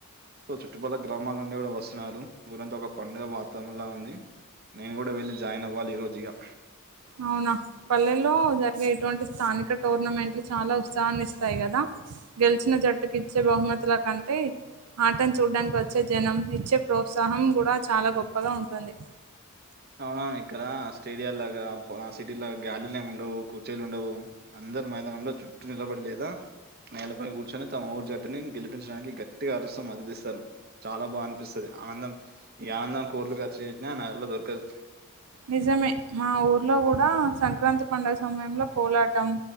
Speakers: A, on the right; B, on the right.
A: సో చుట్టుపల గ్రామాల నుండి కూడా వస్తున్నారు ఊరంతా ఒక పండుగ వాతావరణంలా ఉంది నేను కూడా వెళ్ళి జాయిన్ అవ్వాలి ఈ రోజు ఇగా
B: అవునా పల్లెల్లో జరిగే ఇటువంటి స్థానిక టోర్నమెంట్లు చాలా ఉత్సాహాన్ని ఇస్తాయి కదా గెలిచిన జట్టుకి ఇచ్చే బహుమతుల కంటే ఆటను చూడ్డానికి వచ్చే జనం ఇచ్చే ప్రోత్సాహం కూడా చాలా గొప్పగా ఉంటుంది
A: అవునావు ఇక్కడ స్టేడియా లాగా సిటీ లాగా గ్యాలీలు ఏం ఉండవు కూర్చీలు ఉండవు అందరు మైదానంలో చుట్టూ నిలబడి లేదా నేలపై కూర్చొని తమ ఊరు జట్టుని గెలిపించడానికి గట్టిగా అరుస్తాం మద్దతు ఇస్తాం చాలా బా అనిపిస్తాది ఆనందం ఈ ఆనందం కోర్లుగా చేరినా నాయిల దొర్కదు
B: నిజమే మా ఊర్లో కూడా సంక్రాంతి పండగ సమయంలో కోలాటం